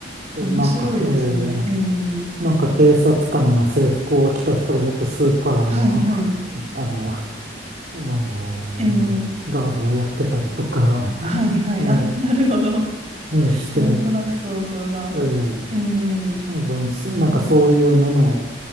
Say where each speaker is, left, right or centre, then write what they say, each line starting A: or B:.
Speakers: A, on the right (about 50°); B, on the right (about 35°).
A: でなんか、
B: 面白いですね。
A: えー
B: ええ
A: なんか警察官の制服を着た人がよくスーパーの、
B: はいはい。
A: <laughs> あの、あの、
B: えー、
A: ガードをやってたりとか、
B: はいはい。
A: え
B: あ、<laughs> なるほど。
A: ーして、
B: なんとなく想像が。
A: えー
B: えー、
A: 多分、そなんかそういうのの、
B: そうなんですね。